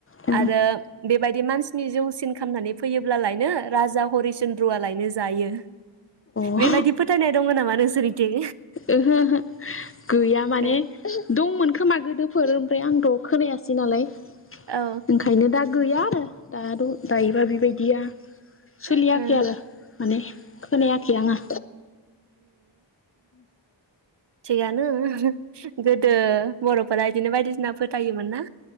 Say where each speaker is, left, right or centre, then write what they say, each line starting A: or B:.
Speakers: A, on the left; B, on the right.
A: उम
B: आरो बेबायदि मानसिनि जौसिन खालामामनानै फैयोब्लालायनो राजा हरिचन्द्रआलायनो जायो।
A: अ
B: बेबायदि फोथायनाय दङ नामा नोंसोरनिथिं?
A: ओहो ओहो गैया माने
B: दे
A: दंमोन खोमा गोदो फोर ओमफ्राय आंथ खोनायासै नालाय।
B: औ ओ
A: ओंखायनो दा गैया आरो दा द दायोबा बेबायदिया सोलियाखै
B: ओ ओ
A: आरो माने खोनायाखै आंङो।
B: सैयानो <unintelligible> गोदो बरफोरा इदिनो बायदिसिना फो थायोमोनना